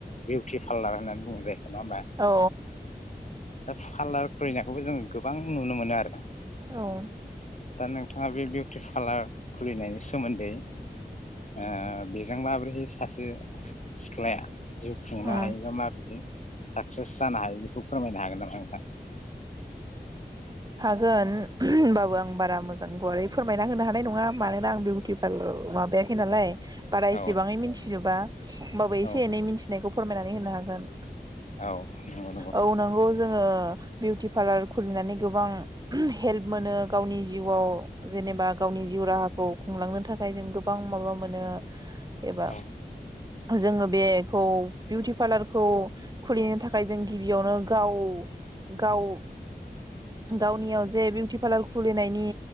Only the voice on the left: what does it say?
बिउटि पार्लार होननानै बुङो नो नङा होमबा
<inaudible> दा फालार फैना खौबो जों गोबां नुनो मोनो आरो
दा नोंथाङा बे बिउटि पालार खुलिनायनि सोमोन्दै ओ बेजों माबोरैहाय सासे सिख्लाया जिउ खुंनो
हायोबा माब्रैयो साक्सेस जानो हायो बेखौ फोरमायनो हागोन नामा नोंथां
औ
नंगौ।
औ नंगौ
औ